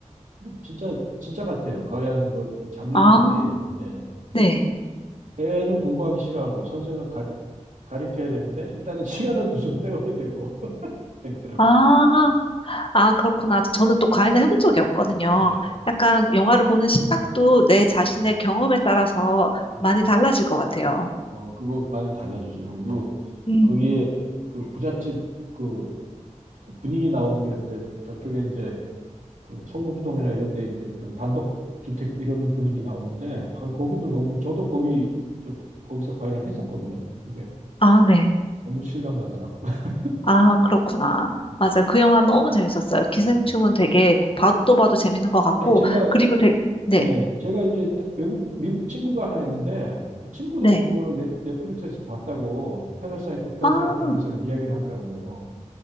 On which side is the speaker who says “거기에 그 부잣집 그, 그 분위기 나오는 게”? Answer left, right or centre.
Right